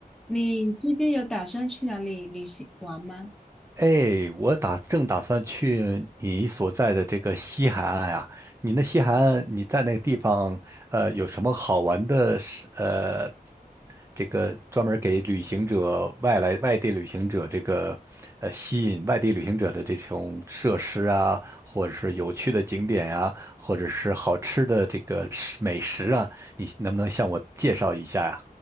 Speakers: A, in the centre; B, on the right.
A: 你最近有打算去哪里旅行玩吗？
B: 哎，我打正打算去你所在的这个西海岸啊。你那西海岸，你在那个地方，呃，有什么好玩的事？呃，这个专门给旅行者、外来外地旅行者这个，呃，吸引外地旅行者的这种设施啊，或者是有趣的景点啊，或者是好吃的这个食美食啊，你能不能向我介绍一下呀、